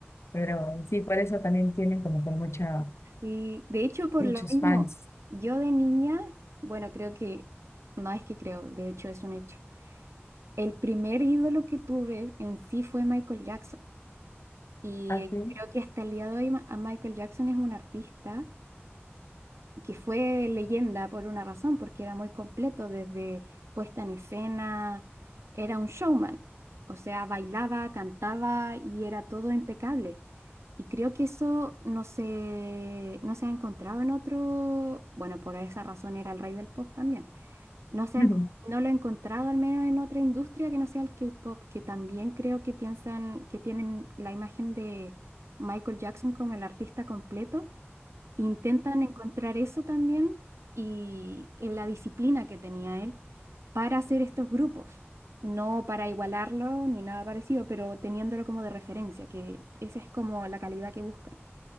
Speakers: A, on the left (about 75°); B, on the right (about 90°).
A: Pero sí, por eso también tienen como que mucha,
B: Sí, de hecho, por
A: muchos
B: lo mismo,
A: fans.
B: yo de niña, bueno, creo que, no es que creo, de hecho es un hecho. El primer ídolo que tuve en sí fue Michael Jackson. Y
A: Así.
B: eh, creo que hasta el día de hoy ma- a Michael Jackson es un artista que fue leyenda por una razón, porque era muy completo, desde puesta en escena, era un showman. O sea, bailaba, cantaba y era todo impecable. Y creo que eso no se, no se ha encontrado en otro, bueno, por esa razón era el rey del pop también. No se
A: <laughs>
B: ha enco- no lo he encontrado al menos en otra industria que no sea el K-pop, que también creo que piensan que tienen la imagen de Michael Jackson como el artista completo. Intentan encontrar eso también y en la disciplina que tenía él para hacer estos grupos. No para igualarlo ni nada parecido, pero teniéndolo como de referencia, que esa es como la calidad que buscan.